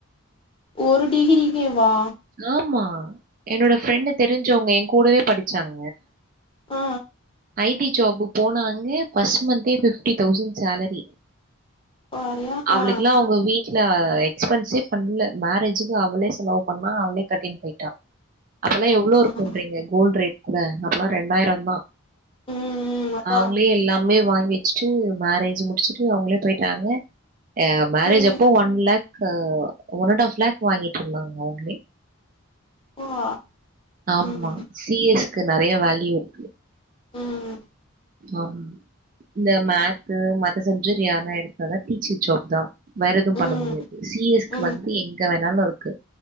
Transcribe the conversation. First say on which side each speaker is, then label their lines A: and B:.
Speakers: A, on the left (about 25°); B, on the right (about 40°).
A: ஒரு டிகிரிக்கே வா
B: ஆமா என்னோட ஃப்ரெண்டு தெரிஞ்சவங்க என் கூடவே படிச்சாங்க
A: ஆ
B: ஐ டி ஜாப் போனாங்க ஃபர்ஸ்ட் மந்த்தே ஃபிஃப்டி தௌசண் சேலரி
A: வரியா
B: அவளுக்குல்லா
A: ஆ
B: அவங்க வீ ட்ல எக்ஸ்பென்ஸே பண்ல மேரேஜுக்கு அவளே செலவு பண்ணா அவளே கட்டின்னு போயிட்டா அப்பல்லா எவ்ளோ இருக்குன்றீங்க
A: ஆ
B: கோல்டு ரேட் கூட அப்பல்லா ரெண்டாயிரந்தா
A: ம் அதா
B: அவங்களே எல்லாமே வாங்கி வச் சு மேரேஜ் முடிச்சுட்டு அவங்களே போயிட்டாங்க அ மேரேஜ்
A: ம்
B: அப்போ ஒன் லேக் க ஒன் அன்ட் ஆஃப் லேக் வாங்கிட்டு இருந்தாங்க அவங்ளே
A: அப்பா
B: ஆம்மா
A: ம்
B: சி எஸ் க்கு நெறைய வேல்யூ இருக்கு
A: ம்
B: அம் இந்த மேத்து மத்த சப்ஜெக்ட் யாருனா எடுத்தாதா டீச்சர் ஜாப் தா வேறெது
A: ம்
B: பண்ண முடியாது சி எஸ் க்கு
A: ம்
B: வந்து எங்க வேணாலு இருக்கு